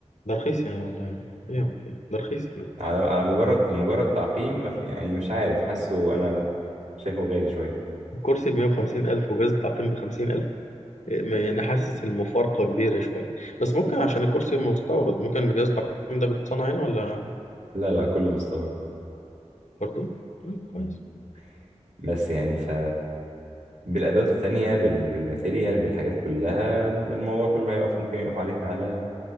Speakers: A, on the left; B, on the right.
A: ده رخيص يعني والله يعني إيه يا عم في ده رخيص والله
B: على على مجرد لمجرد تعقيم ما في- يعني مش عارف حاسه أنا شايفه غالي شوية
A: الكرسي بمية وخمسين ألف وجهاز التعقيم بخمسين ألف ما- يعني حاسس المفارقة كبيرة شوية بس ممكن عشان الكرسي مستورد ممكن جهاز التقييم ده بيتصنع هنا ولا
B: لا لا كله مستورد
A: برضه؟ مم، كويس
B: مم. بس يعني ف بالأدوات التانية بال... بالماتيريال بالحاجات كلها الموضوع كله هيقف ممكن يقف عليك على